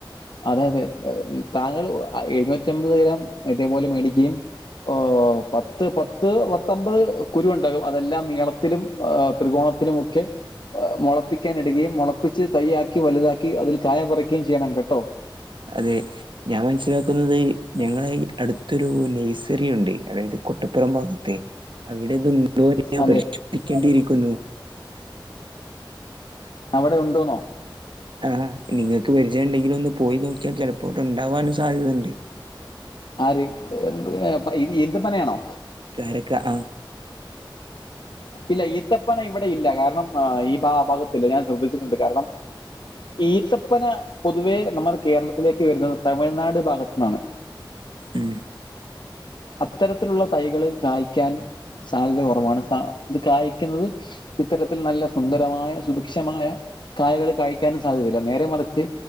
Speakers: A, on the left (about 65°); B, on the right (about 70°).
A: അതെ അതെ താങ്കൾ എഴുന്നൂറ്റി അമ്പത് ഗ്രാം ഇതേപോലെ മേടിക്കുകയും. ഓ പത്ത് പത്ത് പത്തമ്പത് കുരു ഉണ്ടാകും അതെല്ലാം നീളത്തിലും. ത്രികോണത്തിലുമൊക്കെ. മുളപ്പിക്കാനിടുകയും മുളപ്പിച്ച് തയ്യാക്കി വലുതാക്കി അതിൽ കായ പറിക്കുകയും ചെയ്യണം കേട്ടോ.
B: അതെ ഞാൻ മനസ്സിലാക്കുന്നത്. ഞങ്ങളെ അടുത്തൊരു നഴ്സറി ഉണ്ട് അതായത് കൊ ട്ടുപ്പുറം ഭാഗത്തെ അവിടെതുണ്ടോ ഞാൻ
A: അതെ
B: പരിശോധിക്കേണ്ടിയിരിക്കുന്നു.
A: അവിടെ ഉണ്ടോന്നോ.
B: ആഹ് നിങ്ങൾക്ക് പരിചയംണ്ടെങ്കില ഒന്ന് പോയി നോക്കിയാൽ ചിലപ്പോട്ട് ഉണ്ടാാവാനും സാധ്യത ഉണ്ട്.
A: ആര് എ എന്ത് ഇത് ഈന്തപനയാണോ.
B: കാരക്ക ആഹ്
A: ഇല്ല ഈത്തപ്പന ഇവിടെ ഇല്ല കാരണം ഈ ഭാഗത്തില്ല ഞാൻ ശ്രദ്ധിച്ചിട്ടുണ്ട് കാരണം. ഈത്തപ്പന പൊതുവേ നമ്മുടെ കേരളത്തിലേക്ക് വരുന്നത് തമിഴ്നാട് ഭാഗത്ത് നിന്നാണ്.
B: ഉം
A: അത്തരത്തിലുള്ള തൈകള് കായ്ക്കാൻ സാധ്യത കുറവാണ് സ ഇത് കായ്ക്കുന്നത്. ഇത്തരത്തിൽ നല്ല സുന്ദരമായ സുഭിക്ഷമായ കായകള് കഴിക്കാനും സാധ്യതയില്ല നേരെ മറിച്ച്.